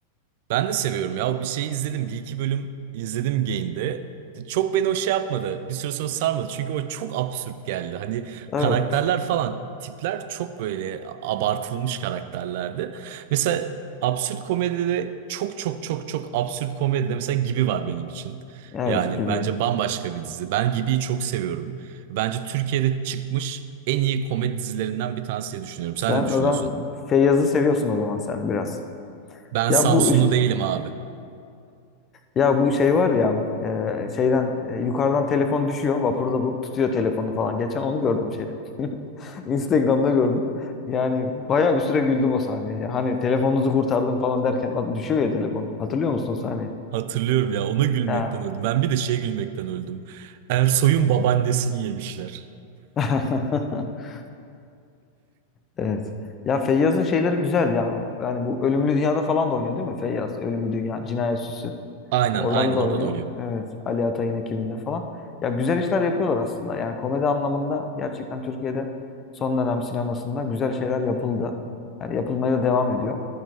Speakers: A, on the right (about 50°); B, on the left (about 25°).
A: Ben de seviyorum ya. Bir şeyi izledim. Bir iki bölüm izledim Gain'de. Çok beni o şey yapmadı. Bir süre sonra sarmadı. Çünkü o çok absürt geldi. Hani
B: Evet,
A: karakterler falan tipler çok böyle abartılmış karakterlerdi. Mesela absürt komedide çok çok çok çok absürt komedide mesela Gibi var benim için.
B: evet
A: Yani
B: gibi.
A: bence bambaşka bir dizi. Ben Gibi'yi çok seviyorum. Bence Türkiye'de çıkmış en iyi komedi dizilerinden bir tanesi diye düşünüyorum.
B: Sen
A: Sen ne düşünüyorsun?
B: o zaman Feyyaz'ı seviyorsun o zaman sen biraz.
A: Ben
B: Ya
A: Samsunlu
B: bu
A: değilim abi.
B: ya bu şey var ya e, şeyden e, yukarıdan telefon düşüyor. Vapurda bu tutuyor telefonu falan. Geçen onu gördüm şeyde. <laughs> Instagram'da gördüm. Yani bayağı bir süre güldüm o sahneye. ya. Hani telefonunuzu kurtardım falan derken at- düşüyor ya telefon. Hatırlıyor musun o sahneyi?
A: Hatırlıyorum ya ona gülmekten
B: Ya.
A: öldüm. Ben bir de şeye gülmekten öldüm. Ersoy'un babaannesini yemişler.
B: <laughs> Evet. Ya Feyyaz'ın şeyleri güzel ya. Yani bu Ölümlü Dünya'da falan da oynuyor değil mi Feyyaz? Ölümlü Dünya, Cinayet Süsü.
A: Aynen
B: Oralarda
A: aynen
B: da
A: orada
B: oynuyor.
A: da oynuyor.
B: Evet. Ali Atay'ın ekibinde falan. Ya güzel işler yapıyorlar aslında. Yani komedi anlamında gerçekten Türkiye'de son dönem sinemasında güzel şeyler yapıldı. Yani yapılmaya da devam ediyor.